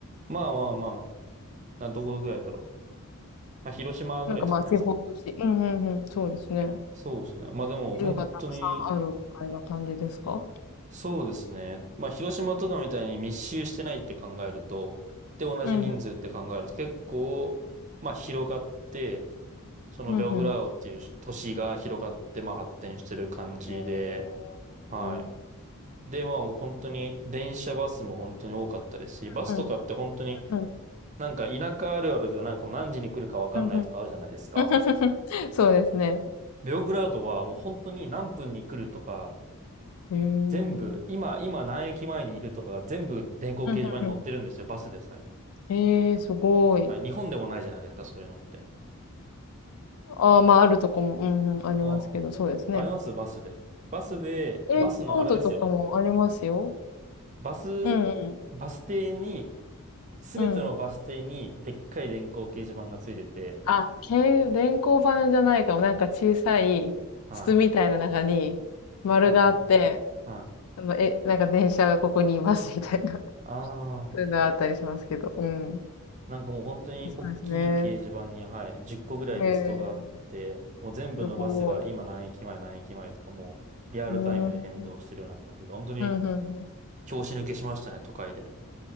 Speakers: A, on the right (about 35°); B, on the left (about 80°).
A: まあまあまあ、な、どこぐらいだろう。まあ、広島ぐらいですかね。
B: なんかまあ、地方都市、うんうんうん、そうですね。
A: そうですね。まあでも本当に
B: ビルがたくさんあるみたいな感じですか
A: そうですね。まあ、広島とかみたいに密集してないって考えると、で、同じ人数って考えると結構、
B: うんうん、
A: まあ、広がって、そのベオグラードっていう都市が広がって、
B: うんうん。
A: まあ、発展してる感じで、
B: へーうん
A: はい。で、まあ、もう本当に、電車バスも本当に多かったですし、バスとかって本当に
B: うんうん
A: なんか田舎あるあるでなんかもう何時に来るかわかんないとかあるじゃないですか。
B: うんうん <laughs> そうですね。
A: ベオグラードはもう本当に何分に来るとか、
B: へーうん
A: 全部、今、今何駅前にいるとかが全部電光掲示板に載ってるんですよ、
B: うんうんうん
A: バスでさえ。
B: ええー、すごい。
A: はい、日本でもないじゃないですか、そういうのって。
B: ああ、まあ、あるとこも、うんうん、ありますけど、
A: あ
B: そうですね。
A: あ、ありますバスで。バスで、
B: えー、
A: バスのあれですよ。
B: 京都とかもありますよ。
A: バス、
B: うんうん。
A: バス停に、すべてのバス停にでっかい電光掲示板がついてて、
B: うん。あ、け、電光板じゃないかも。なんか小さい筒みたいな中に丸があって、
A: はい、はい、はい、はい。
B: あの、え、なんか電車がここにいますみたいな。<laughs>
A: ああ。
B: そういうのがあったりしますけど。うん。
A: なんかもう本当に大きい掲示板に、
B: そうですね。
A: はい、10個ぐらいリストがあって、
B: へえ、
A: もう全部のバスが今何駅前何駅前とかもうリアルタイムで変動してるような感じで、
B: すごい。うーん。
A: 本当に
B: うん、うん、うん。
A: 拍子抜けしましたね、都会で。